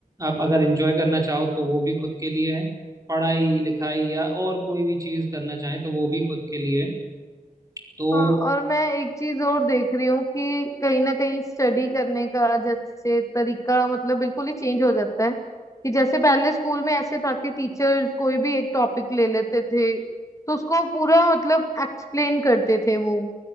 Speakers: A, on the right; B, on the left.
A: आप अगर एंजॉय करना चाहो तो वो भी खुद के लिए है पढ़ाई लिखाई या और कोई भी चीज़ करना चाहें तो वो भी खुद के लिए तो
B: हाँ और मैं एक चीज और देख रही हूँ कि कहीं ना कहीं स्टडी करने का जैसे तरीका मतलब बिल्कुल ही चेंज हो जाता है कि जैसे पहले स्कूल में ऐसे था कि टीचर कोई भी एक टॉपिक ले लेते थे तो उसको पूरा मतलब एक्सप्लेन करते थे वो